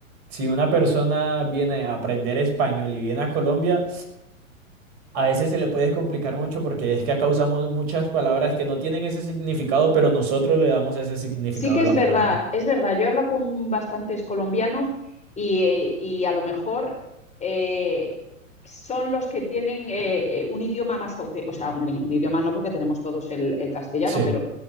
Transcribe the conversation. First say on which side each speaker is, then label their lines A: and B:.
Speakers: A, on the right; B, on the left.
A: si una persona viene a aprender español y viene a Colombia, A veces se le puede complicar mucho porque es que acá usamos muchas palabras que no tienen ese significado, pero nosotros le damos ese significado
B: Sí que
A: a
B: es
A: la
B: verdad,
A: palabra.
B: es verdad. Yo he hablado con bastantes colombianos y, eh, y a lo mejor eh, son los que tienen eh, eh, un idioma más auténtico, o sea, un, un idioma no porque tenemos todos el, el castellano,
A: Sí,
B: pero